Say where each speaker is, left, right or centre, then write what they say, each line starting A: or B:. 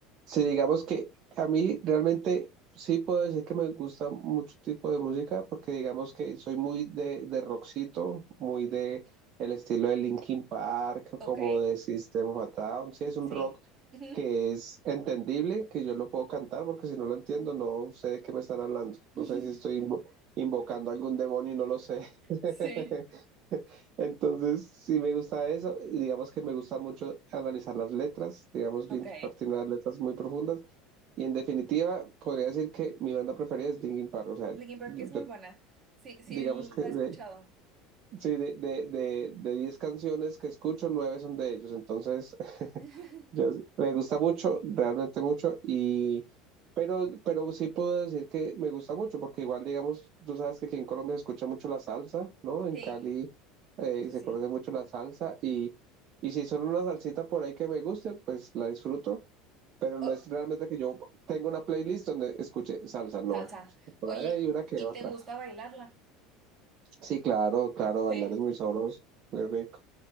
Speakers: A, on the right; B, on the right.
A: Si digamos que a mí realmente sí puedo decir que me gusta mucho tipo de música, porque digamos que soy muy de, de rockcito, muy de el estilo de Linkin Park,
B: ok,
A: como de System of a Down. Sí, es un
B: sí.
A: rock
B: Ujú.
A: que es entendible, que yo lo puedo cantar, porque si no lo entiendo, no sé de qué me están hablando.
B: <laughs>
A: No sé si estoy invo- invocando a algún demonio y no lo sé. <laughs>
B: Sí,
A: Entonces, sí me gusta eso. y Digamos que me gusta mucho analizar las letras. Digamos,
B: ok.
A: Linkin Park tiene unas letras muy profundas. Y en definitiva, podría decir que mi banda preferida es Linkin Park. O sea,
B: Linkin Park
A: yo,
B: es muy buena. Sí, sí,
A: digamos que
B: la he escuchado.
A: de, Sí, de, de, de, de 10 canciones que escucho, 9 son de ellos. Entonces, <laughs>
B: <laughs>
A: yo- me gusta mucho, realmente mucho. Y, pero, pero sí puedo decir que me gusta mucho, porque igual, digamos, tú sabes que aquí en Colombia se escucha mucho la salsa, ¿no? En
B: Sí,
A: Cali eh,
B: sí,
A: se
B: sí.
A: conoce mucho la salsa. Y, y si son una salsita por ahí que me guste, pues la disfruto. Pero no
B: Oh,
A: es realmente que yo tenga una playlist donde escuche salsa, no.
B: salsa.
A: Por
B: Oye,
A: ahí hay una que
B: ¿y
A: otra.
B: te gusta bailarla?
A: Sí, claro, claro,
B: Sí.
A: bailar es muy sabroso, muy rico